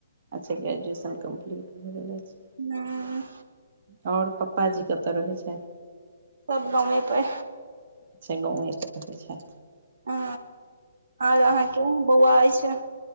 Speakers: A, on the right; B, on the right.
A: अच्छा ग्रेजुएशन कम्प्लीट भऽ गेल अछि
B: हँ
A: और पप्पाजी कतय रहैत छथि
B: सब गामेपे
A: अच्छा गांवे पे रहै छै
B: आ आर अहाँके बौआ अछि